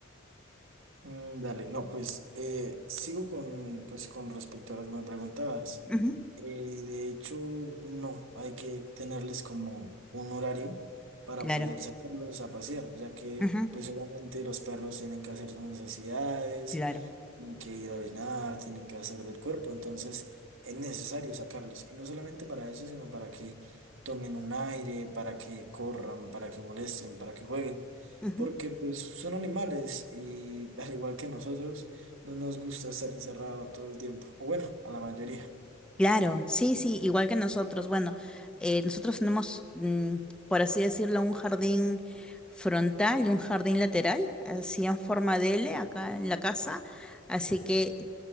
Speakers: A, on the right; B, in the centre.
A: Mm, dale, no, pues eh, sigo con, pues, con respecto a lo que me preguntabas.
B: Ujú,
A: Eh, de hecho, no, hay que tenerles como un horario para
B: Claro,
A: poder sacarlos a pasear, ya que
B: ujú,
A: pues obviamente los perros tienen que hacer sus necesidades.
B: claro.
A: tienen que ir a orinar, tienen que hacer del cuerpo, entonces es necesario sacarlos. Y no solamente para eso, sino para que tomen un aire, para que corran, para que molesten, para que jueguen,
B: ujú.
A: porque pues son animales y <laughs> al igual que nosotros, no nos gusta estar encerrado todo el tiempo, o bueno, a la mayoría. <laughs>
B: Claro, sí, sí, igual que nosotros. Bueno, eh, nosotros tenemos, mm, por así decirlo, un jardín frontal y un jardín lateral, así en forma de L acá en la casa. Así que